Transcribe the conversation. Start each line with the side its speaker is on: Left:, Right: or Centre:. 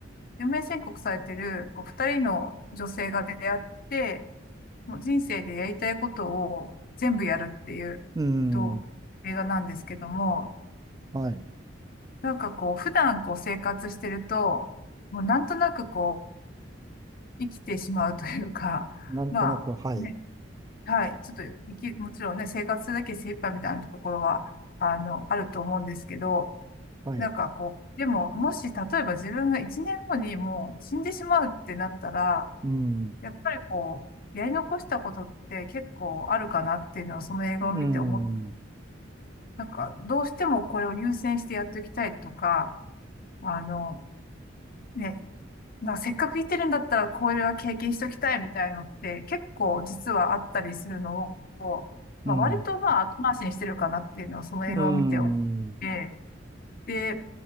Left: う、余命宣告されてる、こう、二人の女性が出会って、もう人生でやりたいことを全部やるっていう、
Right: うん。
Left: と、映画なんですけども、
Right: はい。
Left: なんかこう、普段こう生活してると、もうなんとなくこう、生きてしまうというか、
Right: なんとなく、
Left: まあ、
Right: はい。
Left: ね、はい、ちょっと生き、もちろんね、生活するだけ精一杯みたいなところは、あの、あると思うんですけど、
Right: はい。
Left: なんかこう、でも、もし、例えば自分が1年後にもう死んでしまうってなったら、
Right: うん。
Left: やっぱりこう、やり残したことって結構あるかなっていうのをその映画を見て思っ
Right: うん。
Left: なんか、どうしてもこれを優先してやっておきたいとか、あの、ね、なせっかく行ってるんだったらこれは経験しておきたいみたいのって結構実はあったりするのを、
Right: うん。
Left: まあ、割とまあ後回しにしてるかなっていうのはその映画を見ておって、
Right: うん。
Left: で、